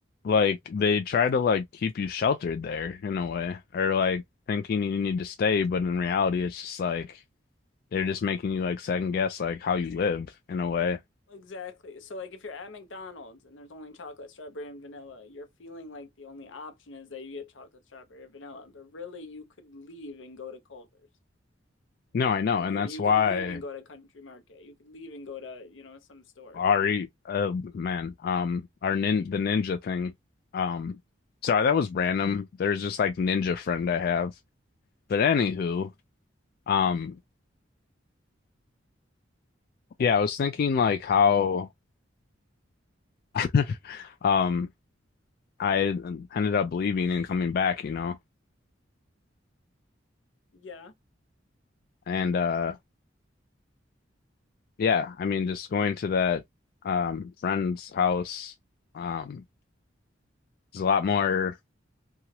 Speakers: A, on the left; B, on the left.
A: like they try to like keep you sheltered there in a way or like thinking you need to stay, but in reality it's just like they're just making you like second guess like how you live in a way.
B: Exactly. So like if you're at McDonald's and there's only chocolate, strawberry, and vanilla, you're feeling like the only option is that you get chocolate, strawberry, or vanilla. But really you could leave and go to Culver's.
A: No, I know,
B: You
A: and
B: could
A: that's
B: you
A: why
B: could leave and go to Country Market. You could leave and go to, you know, some store.
A: Ari, oh man, um, our nin the ninja thing. Um, so that was random. There's just like ninja friend I have. But anywho, um, yeah, I was thinking like how, <laughs> um, I ended up leaving and coming back, you know,
B: Yeah,
A: and uh, yeah, I mean, just going to that um friend's house, um, is a lot more